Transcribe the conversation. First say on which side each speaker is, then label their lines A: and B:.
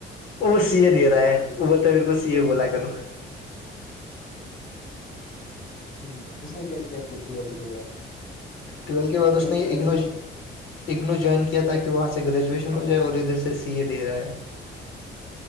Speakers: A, on the left; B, on the left.
A: وہ وہ سیے دے رہا ہے وہ بولتا میر کو سیے بولا کرو
B: ہاں <inaudible> ٹیک اس نے کیا کیا پھر ٹویلتھ کے بعد
A: ٹویلت کے بعد اس
B: کہیں
A: نہیں
B: پر
A: ایکنو
B: ایڈمٹ،
A: اگنو جوائن کیا تاکہ وہاں سے گریجویشن ہو جائے اور ادھر سے سی اے دے رہا ہے